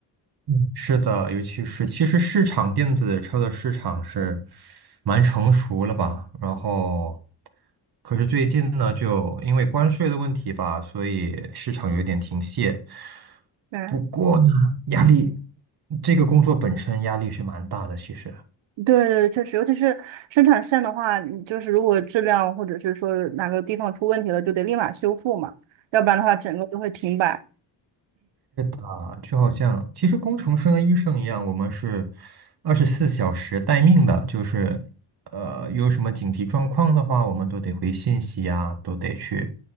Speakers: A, on the right (about 55°); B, on the right (about 80°).
A: 嗯是的，尤其是其实市场电子车的市场是蛮成熟了吧，然后可是最近呢，就因为关税的问题吧，所以市场有一点停歇。
B: 对。
A: 不过呢，压力这个工作本身压力是蛮大的，其实。
B: 对对，确实，尤其是生产线的话，你就是如果质量或者是说哪个地方出问题了，就得立马修复嘛，要不然的话整个就会停摆。
A: 啊，就好像其实工程师跟医生一样，我们是二十四小时待命的，就是呃有什么紧急状况的话，我们都得回信息啊，都得去